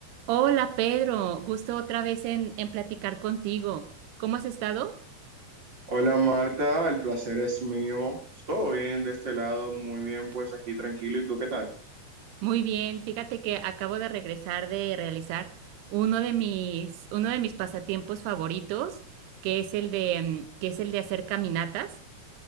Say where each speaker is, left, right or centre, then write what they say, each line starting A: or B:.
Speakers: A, on the right (about 85°); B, on the right (about 30°).
A: Hola Pedro, gusto otra vez en, en platicar contigo. ¿Cómo has estado?
B: Hola Marta, el placer es mío. Todo bien de este lado, muy bien, pues aquí tranquilo. ¿Y tú qué tal?
A: Muy bien, fíjate que acabo de regresar de realizar uno de mis, uno de mis pasatiempos favoritos, que es el de, mm, que es el de hacer caminatas.